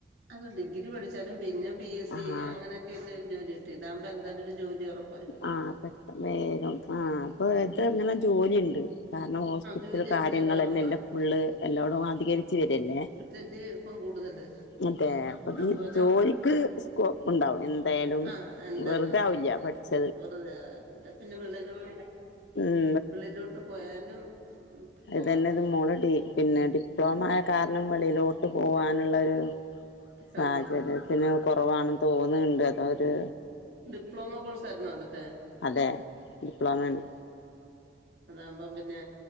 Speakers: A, on the right; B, on the left.
A: അല്ല ഡിഗ്രി പഠിച്ചാലും പിന്നെ പി എസ് സി
B: ആഹ്
A: അങ്ങനെ ഒക്കെ എന്തായലും ഒരു ജോലി കിട്ടും ഇതാവുമ്പോ എന്തായാലും ഒരു ജോലി ഉറപ്പ
B: ആഹ് പെട്ട വേഗം ആഹ് അപ്പൊ ഇത് എങ്ങനെ ജോലി എണ്ട് കാരണം ഹോസ്പിറ്റലിൽ
A: ആഹ് ജോലി
B: കാര്യങ്ങള്
A: എന്തായാലും ഉറപ്പാ
B: എന്ന് എല്ലാം ഫുള്ള് എല്ലോടും അധികരിച്ചു വരല്ലേ
A: ലേല്ലേ ഇപ്പം കൂടുതല്
B: അതെ അപ്പ പിന്നെ
A: അതുപോലെ
B: ജോലിക്ക് സ്കോപ്പ് ഒണ്ടാവും എന്തായാലും
A: ആഹ് എന്തായാലും
B: വെറുതാവില്ല
A: ഉണ്ടാവും
B: പഠിച്ച
A: വെറുതെ പിന്നെ വെളിലോട്ട്
B: ഉം
A: വെളിലോട്ട് പോയാലും. ഉം പോകാം
B: അത് തന്നെ ഇത് മോളടി. പിന്നെ ഡിപ്ലോമ
A: ഉം
B: ആയ കാരണം വെളിലോട്ട് പോവാനുള്ള ഒരു
A: കാര്യം
B: സാചര്യം പിന്നെ കൊറവ് ആണ് എന്ന് തോന്നണ് ഒണ്ട് അത് ഒര്.
A: ഡിപ്ലോമ കോഴ്സ് ആയിരിന്നോ അവിടുത്തെ.
B: അതെ ഡിപ്ലോമ ആണ്
A: അതാകുമ്പം പിന്നെ